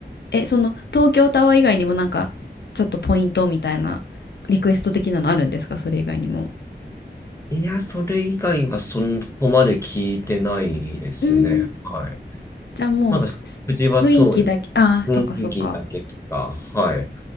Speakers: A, on the left; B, on the left.
A: え、その東京タワー以外にもなんかちょっとポイントみたいなリクエスト的なのあるんですか、それ以外にも。
B: いや、それ以外はそこまで聞いてないですね。
A: うーん。
B: はい。
A: じゃあもうす雰囲気だけ、
B: なんか食事はそうです。
A: ああ、
B: 雰囲気だけとか、
A: そっかそっか。
B: はい。